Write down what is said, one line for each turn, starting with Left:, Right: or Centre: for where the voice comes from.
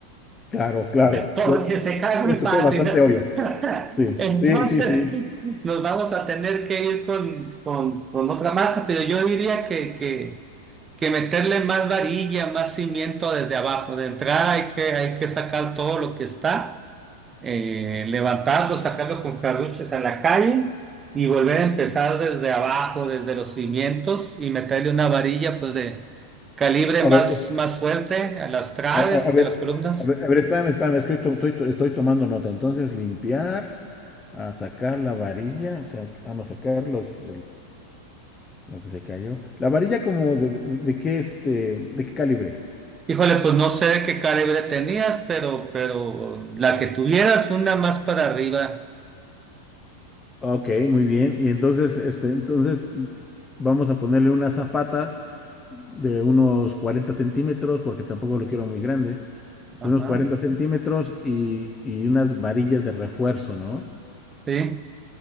Left: Claro, claro.
Right: porque
Left: Ya-
Right: se cae
Left: Eso
Right: muy fácil.
Left: fue bastante obvio.
Right: <laughs>
Left: Sí,
Right: Entonces,
Left: sí, sí, sí.
Right: nos vamos a tener que ir con, con, con otra marca, pero yo diría que, que, que meterle más varilla, más cimiento desde abajo. De entrada hay que, hay que sacar todo lo que está, eh, levantarlo, sacarlo con carruches a la calle y volver a empezar desde abajo, desde los cimientos y meterle una varilla pues de calibre
Left: A
Right: más,
Left: ver, es-
Right: más fuerte a las traves
Left: a, a- a ver,
Right: y a las columnas.
Left: a ver, a ver, espérame, espérame, es que to- estoy, to- estoy tomando nota. Entonces, limpiar, a sacar la varilla, sa- a no sacar los, Lo que se cayó. La varilla como de, de, de qué este, de qué calibre.
Right: Híjole, pues no sé de qué calibre tenías, pero, pero la que tuvieras, una más para arriba.
Left: Ok, muy bien. Y entonces, este, entonces vamos a ponerle unas zapatas de unos 40 centímetros, porque tampoco lo quiero muy grande,
Right: Ajá.
Left: de unos 40 centímetros y, y unas varillas de refuerzo, ¿no?
Right: Sí.